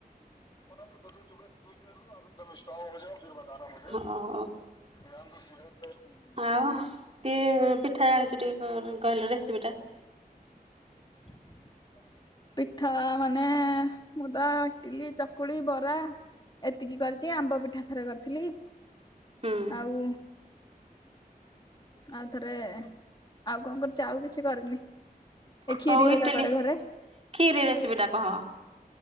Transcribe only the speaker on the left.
ବ ତ ଯଦି ତୁେ ଠିକ କର ଲୁ ଆଉ ଏକଦମ ଷ୍ଟକ୍ଯାଉ ଫ ବତାନା <unintelligible>
ଆୁ <unintelligible>
<inaudible> ପିଠା ମାନେ ମୁଁ ତ ଇଟିଲି, ଚକୁଳି, ବରା। ଏତିକି କରିଛି ଆମ୍ବ ପିଠା ଥରେ କରିଥିଲି
ଆଉ। ଆଉଥରେ ଆଉ କଣ କରିଛି ଆଉ କିଛି କରିନି। ଏ କ୍ଷୀରି
ହେକା
କରେ ଘରେ